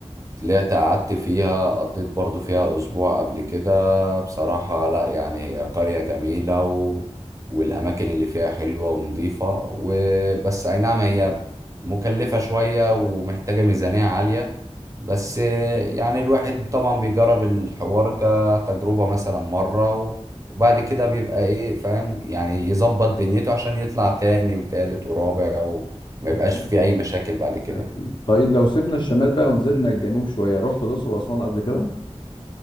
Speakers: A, on the right; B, on the left.
A: طلعت قعدت فيها قضيت برضو فيها أسبوع قبل كده بصراحة لا يعني هي قرية جميلة و... والأماكن اللي فيها حلوة ونظيفة وبس أي نعم هي مكلفة شوية ومحتاجة ميزانية عالية بس يعني الواحد طبعا بيجرب الحوار كتجربة مثلا مرة و... وبعد كده بيبقى إيه فاهم يعني يظبط دنيته عشان يطلع تاني وتالت ورابع وما
B: اكيد
A: يبقاش في أي مشاكل بعد كده
B: أكيد طيب لو سيبنا الشمال بقى ونزلنا الجنوب شوية رحت الأقصر وأسوان قبل كده؟